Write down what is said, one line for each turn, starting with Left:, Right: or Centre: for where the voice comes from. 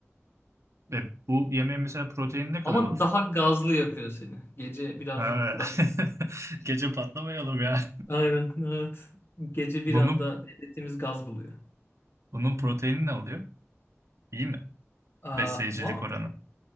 Right: E, bu yemeğin mesela proteini ne kadar
Left: Ama
Right: olur?
Left: daha gazlı yapıyor seni. Gece birazcık
Right: Ha. <laughs>
Left: daha...
Right: Gece patlamayalım ya.
Left: Aynen evet. Gece bir
Right: <laughs>
Left: anda
Right: Bunun,
Left: devletimiz gaz buluyor.
Right: bunun proteini ne oluyor? İyi mi?
Left: Aa,
Right: Besleyicilik
Left: vah.
Right: oranı.